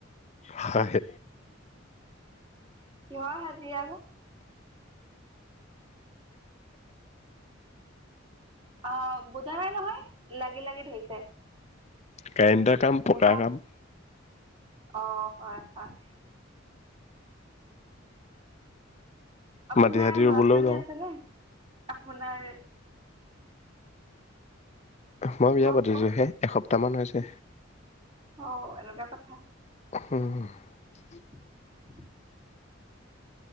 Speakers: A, on the left; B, on the right.
A: হয়
B: কিহৰ হাজিৰা আকৌ? আহ বুজা নাই নহয় লাগি লাগি ধৰিছে।
A: কাৰেণ্টাৰ কাম পকা
B: বুজা
A: কাম।
B: অ হয় হয় আপোনাৰ
A: মাটি চাতি
B: ল'ৰা
A: ৰুবলৈও
B: ছোৱালী
A: যাওঁ
B: আছে নে? আপোনাৰ
A: মই বিয়া
B: কওক
A: পাতিছো
B: কওক
A: হে এসপ্ টামান হৈছে।
B: অ এনেকুৱা কথা।
A: হম
B: <inaudible>